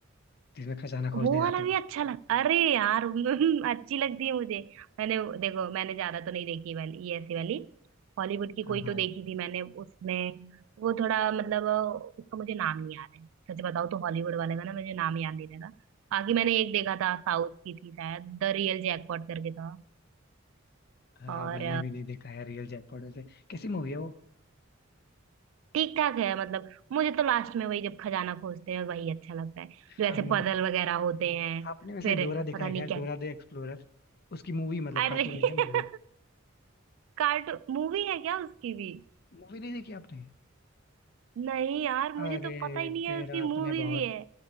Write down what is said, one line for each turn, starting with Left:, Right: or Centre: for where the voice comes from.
Left: जिसमें खजाना खोजने
Right: वो
Left: जाते
Right: वाला
Left: हो
Right: भी अच्छा लग अरे यार <laughs> अच्छी लगती है मुझे मैंने देखो मैंने ज्यादा तो नहीं देखी वाली ये ऐसी वाली हॉलीवुड की
Left: हाँ
Right: कोई
Left: हाँ
Right: तो देखी थी मैंने उसमें वो थोड़ा मतलब अ, उसका मुझे नाम नहीं याद है सच बताओ तो हॉलीवुड वाले का ना मुझे नाम याद नहीं रहा बाकी मैंने एक देखा था साउथ की थी शायद द रियल जैकपॉट करके था
Left: हाँ
Right: और
Left: मैंने भी नहीं देखा है रियल जयपॉड वैसे कैसी मूवी है वो
Right: ठीक ठाक है मतलब मुझे तो लास्ट में वही जब खजाना खोजते हैं वही अच्छा लगता है
Left: हाँ,
Right: जो ऐसे
Left: मुन-
Right: पजल वगैरह होते हैं
Left: आपने वैसे
Right: फिर
Left: डोरा देखा
Right: पता
Left: है
Right: नहीं
Left: क्या
Right: क्या
Left: डोरा द एक्सप्लोरर उसकी मूवी मतलब
Right: अरे
Left: कार्टून नहीं
Right: <laughs>
Left: है मूवी
Right: कार्टू मूवी है क्या उसकी भी
Left: मूवी नहीं देखी आपने
Right: नहीं यार मुझे
Left: अरे
Right: तो पता ही नहीं
Left: फिर
Right: है उसकी
Left: आपने
Right: मूवी
Left: बहुत
Right: भी है